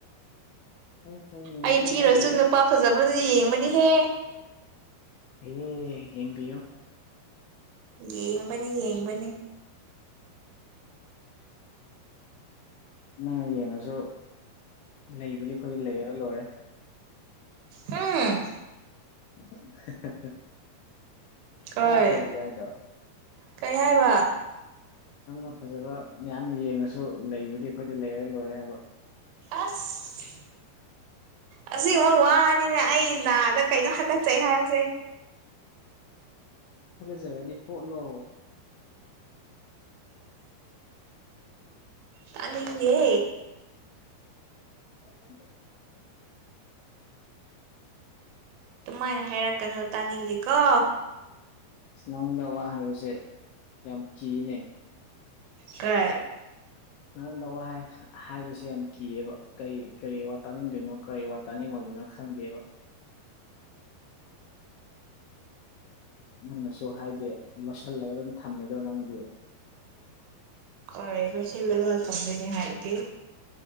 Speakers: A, on the left; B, on the right.
A: ꯐꯩ ꯐꯩ ꯌꯦꯡꯕꯤꯌꯨ
B: ꯑꯩ ꯊꯤꯔꯁꯨ
A: ꯌꯦꯡꯕꯤꯌꯨ
B: ꯅꯨꯄꯥ ꯐꯖꯕꯗꯨꯗꯤ ꯌꯦꯡꯕꯅꯤꯍꯦ
A: ꯐꯩꯌꯦ ꯌꯦꯡꯕꯤꯌꯨ
B: ꯌꯦꯡꯕꯅꯦ ꯌꯦꯡꯕꯅꯦ
A: ꯅꯪꯅ ꯌꯦꯡꯉꯁꯨ ꯂꯩꯕꯗꯤ ꯑꯩꯈꫭꯏꯗ ꯂꯩꯔꯒ ꯂꯣꯏꯔꯦ
B: ꯍꯝ
A: <inaudible>
B: ꯀꯩ
A: ꯇꯥꯗ꯭ꯔꯣ ꯍꯧꯖꯤꯛ ꯍꯥꯏꯗꯣ
B: ꯀꯩ ꯍꯥꯏꯕ
A: ꯅꯪꯅ ꯐꯖꯕ ꯃꯌꯥꯝ ꯌꯦꯡꯉꯁꯨ ꯂꯩꯕꯗꯤ ꯑꯩꯈꯣꯏꯗꯤ ꯂꯩꯔꯦ ꯂꯣꯏꯔꯦ ꯍꯥꯏꯕ
B: ꯑꯁ ꯑꯁꯤꯕ ꯋꯥꯅꯤꯅꯦ ꯑꯩ ꯅꯥꯗ ꯀꯩꯅ ꯍꯥꯀꯠꯆꯩ ꯍꯥꯏꯕꯁꯦ
A: ꯊꯒꯦꯁꯦ ꯔꯗꯤ ꯍꯣꯂꯣ
B: ꯇꯅꯤꯦ
A: ꯍ ꯀ
B: ꯀꯃꯥꯏꯅ ꯍꯥꯏꯔꯛꯀꯅꯣ ꯇꯥꯅꯤꯡꯗꯦꯀꯣ
A: ꯅꯉꯣꯟꯗ ꯋꯥ ꯍꯥꯏꯕꯁꯦ ꯌꯥꯝ ꯀꯤꯅꯦ
B: ꯀ
A: ꯅꯉꯣꯟꯗ ꯋꯥ ꯍꯥꯏꯕꯕꯁꯤꯦ ꯌꯥꯝ ꯀꯤꯑꯕ ꯀꯩ ꯀꯔꯤ ꯋꯥ ꯇꯥꯅꯤꯡꯗꯣꯏꯅꯣ ꯀꯔꯤ ꯋꯥꯠ ꯇꯥꯅꯤꯡꯉꯗꯨꯅ ꯈꯪꯗꯦꯕ ꯅꯪꯅꯁꯨ ꯍꯥꯏꯗꯤ ꯂꯣꯠꯁꯤꯜꯂꯒ ꯑꯗꯨꯝ ꯊꯝꯃꯦꯗꯣ ꯅꯪꯗꯤ
B: ꯍꯣꯏ ꯂꯣꯏꯁꯤꯜꯂꯒꯂꯝꯝꯗꯣꯏꯅꯦ ꯍꯥꯏꯔꯗꯤꯦ